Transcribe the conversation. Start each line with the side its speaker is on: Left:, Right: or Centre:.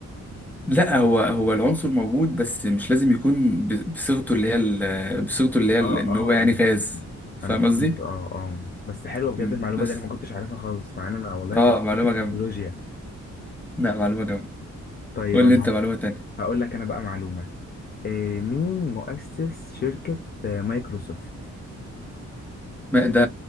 Centre: لا هو هو العنصر موجود بس مش لازم يكون ب- بصيغته اللي هي ال- بصيغته اللي هي
Left: اه
Centre: ال- ان
Left: اه
Centre: هو يعني
Left: انا
Centre: غاز
Left: فهمت
Centre: فاهم
Left: انا فهمت
Centre: قصدي؟
Left: اه اه بس حلوه بجد
Centre: مم.
Left: المعلومه
Centre: بس
Left: دي انا ما كنتش عارفها خالص مع ان انا والله
Centre: اه
Left: كنت
Centre: معلومة
Left: شاطر في
Centre: جامدة
Left: الجيولوجيا
Centre: لا معلومة جامدة
Left: طيب
Centre: قول
Left: انا
Centre: لي انت معلومة تانية
Left: هقول لك انا بقى معلومه إيه مين مؤسس شركه آه، مايكروسوفت
Centre: ما ده